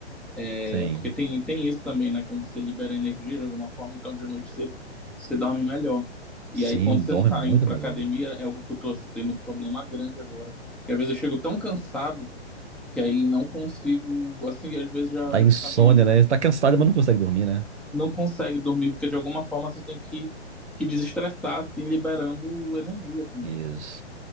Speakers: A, in the centre; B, on the right (about 75°).
A: É,
B: Sim.
A: porque tem, tem isso também, né? Quando você libera energia de alguma forma, então de noite você, você dorme melhor. E
B: Sim,
A: aí, quando você
B: dorme
A: não tá
B: muito
A: indo
B: é
A: pra
B: melhor.
A: academia, é algo que eu tô tendo um problema grande agora. E às vezes eu chego tão cansado que aí não consigo, assim, às vezes já,
B: Dá
A: já
B: insônia,
A: fica meio
B: né? Você tá cansado, mas não consegue dormir, né?
A: não consegue dormir, porque de alguma forma você tem que, que desestressar, assim, liberando energia também.
B: Isso.